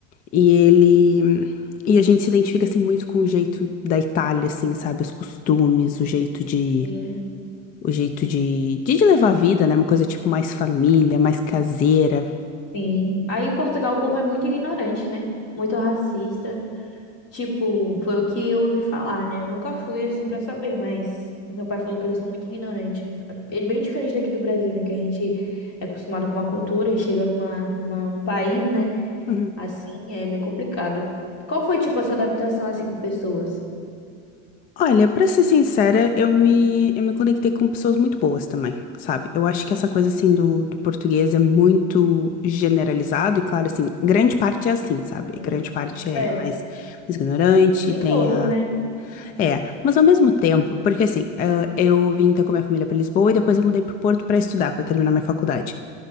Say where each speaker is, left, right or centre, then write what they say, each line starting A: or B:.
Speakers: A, on the left; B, on the left.
A: E ele. E a gente se identifica assim muito com o jeito da Itália, assim, sabe? Os costumes, o jeito de.
B: Sim,
A: O jeito de, de de levar a vida, né? Uma coisa tipo mais família, mais caseira.
B: sim. Aí em Portugal o povo é muito ignorante, né? Muito racista. Tipo, foi o que eu ouvi falar, né? Eu nunca fui assim pra saber, mas meu pai falou que eles são muito ignorantes. Ele é bem diferente daqui do Brasil, né? Que a gente é acostumado com uma cultura e chega numa, numa, num país, né?
A: Uhum.
B: Assim, é bem complicado. Qual foi, tipo, a sua adaptação assim com pessoas?
A: Olha, pra ser sincera, eu me, eu me conectei com pessoas muito boas também, sabe? Eu acho que essa coisa, assim, do, do português é muito generalizado e, claro, assim, grande parte é assim, sabe?
B: Sim.
A: Grande parte é
B: É,
A: mais, mais ignorante,
B: nem
A: tem
B: todos,
A: a
B: né?
A: É, mas ao mesmo tempo, porque assim, ah, eu vim então com a minha família para Lisboa e depois eu mudei pro Porto para estudar, para terminar minha faculdade.